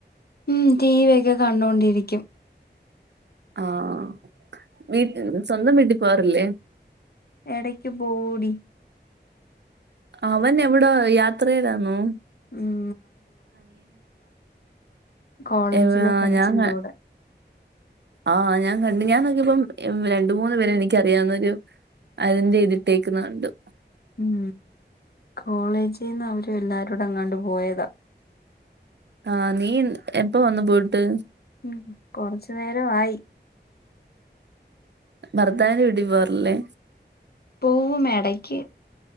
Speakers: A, on the left; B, on the right.
A: ഉ ടി വി ഒക്കെ കണ്ടുകൊണ്ടിരിക്കും
B: ആഹ് വീ സ്വന്തം വീണ്ടി പോാറില്ലേ
A: ഇടയ്ക്ക് പോഓടി
B: അവൻ എവിട യാത്ര ചെയതാന്നോ
A: ഉം <unintelligible> കോളേജിലെ
B: ഏ
A: ഫ്രണ്ട്സിന്റെ
B: ഞാൻ
A: കൂടെ
B: ആ് ഞാൻ കണ്ടു ഞാൻക്ക ഇപ്പം രണ്ട മൂന്ന്ു പേരെ എനിക്കറിയാവുന്നൊരു അതിന്റെ ഇ്തിട്ടേക്കുന്ന കണ്ടു
A: ഉം കോളേജിൽന്ന് അവര എല്ലാരൂ ടങ്ങാണ്ട് പോയതാ
B: ആഹ നീ എപ്പ വന്നു പോയിട്ട്
A: ഉ കൊറച്ചു നേര ആയി
B: ഭർത്താവിൻ്റെവിടി പോവാറില്ലേ
A: പോൂവും എടയ്ക്ക്